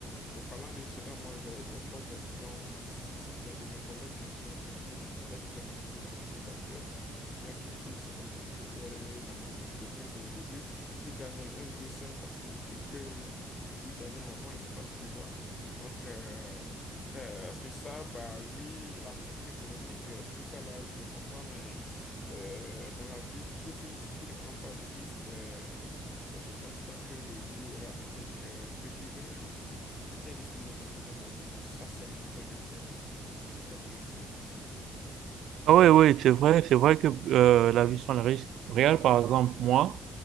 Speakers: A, on the left; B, on the right.
A: Et parlant de cela, moi, j'ai des potes, disons, c- certains de mes collègues qui ont quitté, avec qui j'ai commencé dans mon entreprise actuelle, qui ont quitté cette entreprise pour aller dans notre entreprise aujourd'hui. Ils gagnaient 1,5 fois ce, ce que ils gagnaient avant, je ne sais pas si tu vois. Donc, euh, euh, sur ça, bah oui, la conjoncture économique, euh, tout ça là, je comprends, mais euh, dans la ville, si, tu si- si tu ne prends pas de risques, euh, je pense pas que tu auras peut-être euh, ce que tu veux. hein. Tout est risque normalement dans la vie. Bon, ça, c'est mon point de vue. hein. Je sais pas comment c'est pour toi.
B: Ah oui, oui, c'est vrai, c'est vrai que euh, la vie sans le risque réel, par exemple, moi,